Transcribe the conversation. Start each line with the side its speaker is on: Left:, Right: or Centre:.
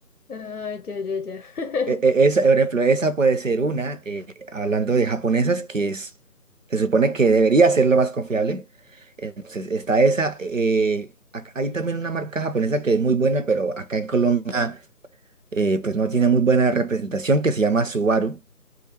Left: Ah, ya, ya, ya. <laughs>
Right: E- e- esa, por ejemplo, esa puede ser una, eh, hablando de japonesas, que es, se supone que debería ser la más confiable. Entonces, está esa. eh, ac- hay también una marca japonesa que es muy buena, pero acá en Colombia, eh, pues no tiene muy buena representación, que se llama Subaru.